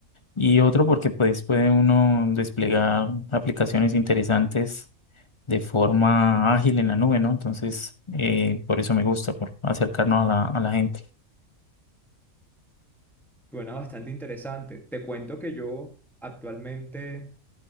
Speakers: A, on the left; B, in the centre.
A: Y otro porque pues puede uno desplegar aplicaciones interesantes de forma ágil en la nube, ¿no? Entonces, eh, por eso me gusta, por acercarnos a la, a la gente.
B: Bueno, bastante interesante. Te cuento que yo actualmente